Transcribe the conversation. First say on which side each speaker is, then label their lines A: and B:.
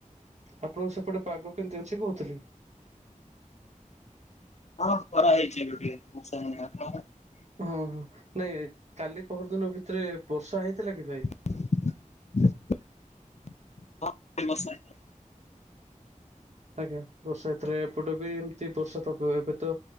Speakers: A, on the right (about 55°); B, on the left (about 55°).
A: ଆପଣଙ୍କୁ ସେପଟେ ପାଗ କେମିତି ଅଛି କହୁଥିଲି।
B: ହଁ ଖରା ହେଇଛି ଏବେ ଟିକେ ଆପଣଙ୍କ ଆଡେ?
A: ହଁ ହଁ ନାଇଁ କାଲି ପହର ଦିନ ଭିତରେ ବର୍ଷା ହେଇଥିଲା କି ଭାଇ?
B: ହଁ ବର୍ଷା ହେଇଥିଲା।
A: ଆଜ୍ଞା ବର୍ଷା ଏଥିରେ ଏପଟ ବି ଏମତି ବର୍ଷା ପାଗ ଏବେ ତ